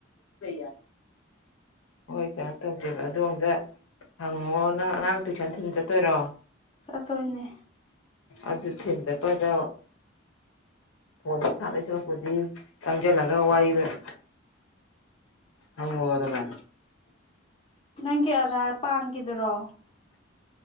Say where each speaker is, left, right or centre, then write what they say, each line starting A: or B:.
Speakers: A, on the left; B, on the left.
A: <unintelligible> ꯍꯣꯏ ꯀꯩꯅꯣ ꯇꯧꯁꯦꯕ ꯑꯗꯣ ꯑꯝꯇ ꯍꯪꯉꯣ ꯅꯪ ꯑꯉꯥꯡ ꯇꯨꯏꯁꯟ ꯊꯤꯟ ꯆꯠꯇꯣꯏꯔꯣ?
B: ꯆꯠꯇꯣꯏꯅꯦ
A: ꯑꯗꯨ ꯊꯤꯟꯆꯠꯄꯗ ꯐꯣꯟꯗ ꯁꯥꯟꯅꯁꯤꯔꯛꯄꯨꯗꯤ ꯆꯪꯁꯤꯜꯂꯒ ꯋꯥꯔꯤꯗ ꯑ ꯍꯗꯅ
B: ꯅꯪꯒꯤ ꯑꯙꯥꯔ ꯄꯥꯟꯈꯤꯗꯨꯔꯣ